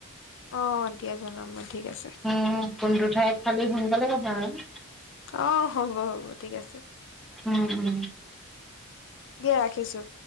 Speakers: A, on the left (about 60°); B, in the centre.
A: অ দিয়া জনাম মই ঠিক আছে
B: উম কোনটো ঠাইত খালি সোনকালে কবা আৰু
A: অ হব হব ঠিক আছে
B: উ উ
A: দিয়া ৰাখিছো